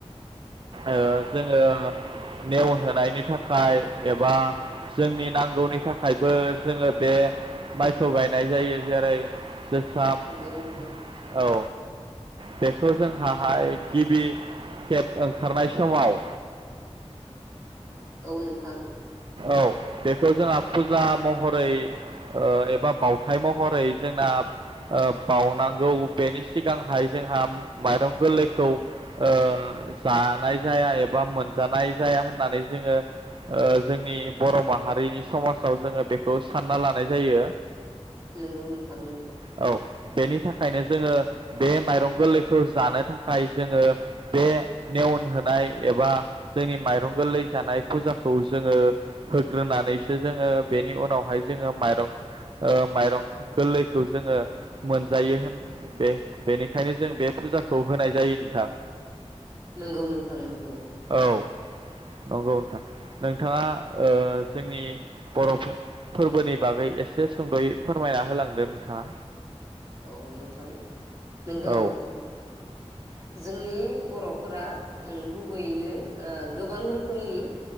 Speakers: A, on the right; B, on the right.
A: ओ जोङो नेवन होनोनायनि थाखाय एबा जोंनि नांगौनि थाखायबो जोङो बे माइखौ गायनाय जायो जेरै <unintelligible>
B: नंगौ नोंथां
A: औ बेखौ जोंहाहाय गिबि खेब ओंखारनाय समाव
B: औ नोंथां
A: औ बेखौ जोंहा फुजा महरै एबा बावथाय महरै जोंना बावनांगौ बेनि सिगांहाय जोंहा माइरं गोरलैखौ ओ जानाय जाया एबा मोनजानाय जाया होननानै जोङो जोंनि बर' माहारिनि समाजाव जोङो बेखौ सानना लानाय जायो
B: नोंगौ नोंथां नंगौ
A: औ बेनि थाखायनो जोङो बे माइरं गोरलैखौ जानो थाखाय जोङो बे नेवन होनाय एबा जोंनि माइरं गोरलै जानाय फुजाखौ जोङो होग्रोनानैसो जोङो बेनि उनावहाय जोङो माइरं ओ माइरं गोरलैखौ जोङो मोनजायो होन बे बेनिखायनो जों बे फुजाखौ होनाय जायो नोंथां
B: नोंगौ नोंथां नोंगौ
A: औ नंगौ नोंथां नोंथाङा जोंनि बर' फोर-फोरबोनि बागै एसे सुंद'यै फोरमायना होलांदो नोंथाङा
B: औ नोंथां नोंगौ
A: औ
B: जोंनि बर'फोरा गुबैयैनो गोबां रोखोमनि